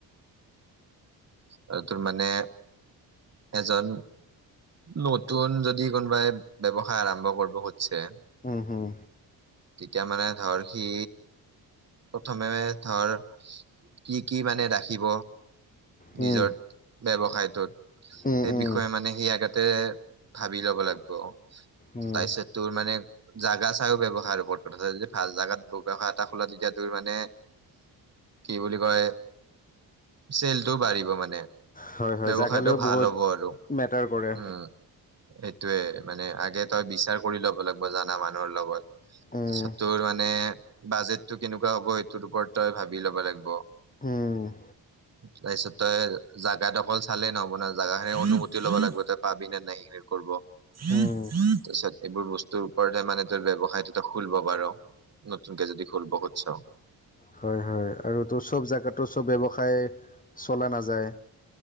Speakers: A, on the right (about 35°); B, on the left (about 20°).
A: আৰু, তোৰ মানে এজন নতুন যদি কোনবাই, ব্যৱসায় আৰাম্ভ কৰব খুজছে?
B: উম, হুম,
A: তেতিয়া মানে ধৰ, সি প্ৰথমে ধৰ, কি কি মানে ৰাখিব।
B: উম,
A: নিজৰ ব্যৱসায়টোত,
B: উম,
A: সেই
B: উম,
A: বিষয়ে মানে সি আগতে ভাবি ল'ব লাগব।
B: উম,
A: তাৰপিছত তোৰ মানে, জাগা চাইও ব্যৱসায়ৰ ওপৰত কথা। যদি ভাল জাগাত ব্যয়সায় এটা খোলা, তেতিয়া তোৰ। মানে, কি বুলি কয়? চেলটো বাঢ়িব মানে?
B: হয় হয়
A: ব্যৱসায়টো
B: জাগালৈও
A: ভাল
B: বহুত
A: হ'ব আৰু,
B: মেটাৰ কৰে
A: উম। সেইটোয়ে, মানে আগে তই বিচাৰ কৰি ল'ব লাগব জানা মানুহৰ লগত।
B: উম,
A: তাৰপিছত তোৰ মানে, বাজেটতো কেনেকুৱা হ'ব সেইটোৰ ওপৰত তই ভাবি ল'ব লাগব।
B: উম।
A: তাৰপিছত, তই জা-জাগাত অকল চালে নহব নহয়। জাগা খিনিৰ অনুমূতি ল'ব লাগব, তই পাবিনে নাই সেইখিনি কৰ তাৰিছত,
B: উম,
A: এইবোৰ বস্তুৰ ওপৰতহে মানে তোৰ ব্যৱসায়তো তই খুলব পাৰ। নতুনকে যদি খুলব খোদছ'?
B: হয়। হয় আৰু তোৰ চব জেগাতো, চব ব্যৱসায় চলা নাযায়।